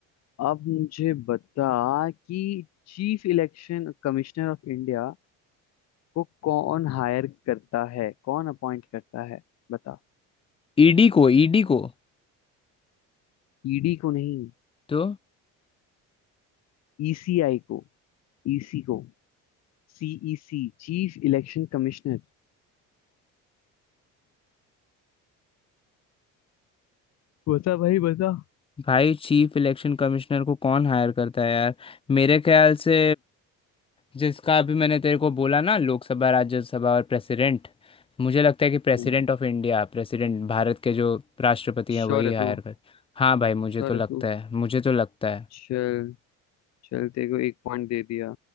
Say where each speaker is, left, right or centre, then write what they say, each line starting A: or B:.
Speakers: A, on the left; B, on the left.
A: अब मुझे बता कि chief election commissioner of India को कौन हायर करता है कौन अपॉइंट करता है बता
B: ईडी को ईडी को
A: ईडी को नहीं
B: तो
A: ईसीआई को ईसी को सीईसी चीफ इलेक्शन कमिश्नर बता भाई बता
B: भाई चीफ इलेक्शन कमिश्नर को कौन हायर करता है यार मेरे ख्याल से जिसका भी मैंने तेरे को बोला ना लोकसभा राज्यसभा और प्रेसिडेंट मुझे लगता है कि president
A: हम्म
B: of India president Bharat के जो राष्ट्रपति हैं
A: श्योर
B: वही
A: है
B: हायर
A: तू
B: कर हाँ भाई मुझे
A: श्योर
B: तो लगता
A: है तू
B: है मुझे तो लगता है
A: चल चल तेरे को एक पॉइंट दे दिया